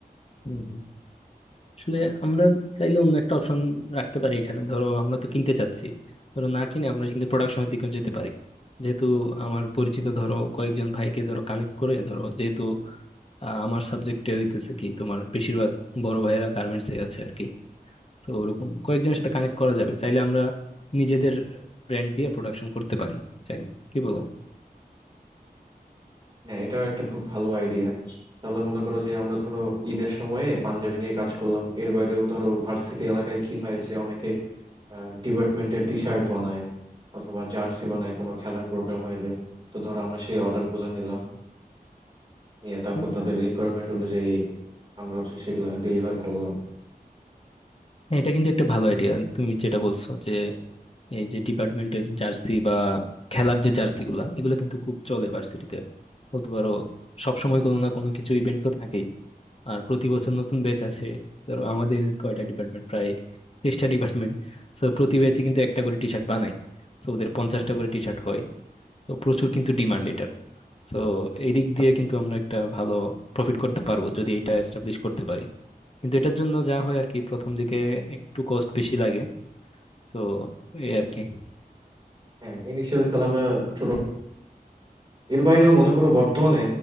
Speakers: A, on the left; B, on the right.
A: হুম হুম আসলে আমরা চাইলে অন্য একটা অপশন রাখতে পারি এখানে ধরো আমরা তো কিনতে চাচ্ছি ধরো না কিনে আমরা কিন্তু প্রোডাকশনের দিকে যেতে পারি যেহেতু আমার পরিচিত ধরো কয়েকজন ভাইকে ধরো কানেক্ট করে ধরো যেহেতু আহ, আমার সাবজেক্টে হইতেছে কি তোমার বেশিরভাগ বড় ভাইয়েরা গার্মেন্টস এ আছে আর কি তো ওরকম কয়েকজনের সাথে কানেক্ট করা যাবে চাইলে আমরা নিজেদের ব্র্যান্ড দিয়ে প্রোডাকশন করতে পারি চাইলে কি বলো
B: হ্যাঁ এটাও একটা খুব ভালো আইডিয়া তাহলে মনে করো যে আমরা ধরো ঈদের সময়ে পাঞ্জাবি নিয়ে কাজ করলাম এর বাইরেও ধরো ভার্সিটি এলাকায় কি হয় যে অনেকে ডিপার্টমেন্টের টি শার্ট বানায় অথবা জার্সি বানায় কোনো খেলার প্রোগ্রাম হইলে তো ধরো আমরা সেই অর্ডার গুলা নিলাম নিয়ে তারপর
A: হুম।
B: তাদের রিকোয়ারমেন্ট অনুযায়ী আমরা হচ্ছে সেগুলা ডেলিভার করলাম
A: হ্যাঁ, এটা কিন্তু একটা ভালো আইডিয়া তুমি যেটা বলছো যে এই যে ডিপার্টমেন্টের জার্সি বা খেলার যে জার্সি গুলা এগুলো কিন্তু খুব চলে ভার্সিটিতে বলতে পারো সবসময় কোনো না কোনো কিছু ইভেন্ট তো থাকেই আর প্রতি বছর নতুন ব্যাচ আছে ধরো আমাদের কয়টা ডিপার্টমেন্ট প্রায় তেইশটা ডিপার্টমেন্ট তো প্রতি ব্যাচে কিন্তু একটা করে টি শার্ট বানায় তো ওদের পঞ্চাশটা করে টি শার্ট হয় তো প্রচুর কিন্তু ডিমান্ড তো এদিক দিয়ে কিন্তু আমরা একটা ভালো প্রফিট করতে পারবো যদি এটা এস্টাবলিশ করতে পারি কিন্তু এটার জন্য যা হয় আর কি প্রথম দিকে একটু কস্ট বেশি লাগে তো এই আর কি
B: হ্যাঁ ইনিশিয়ালি তাহলে আমরা ছোট এর বাইরেও মনে করো বর্তমানে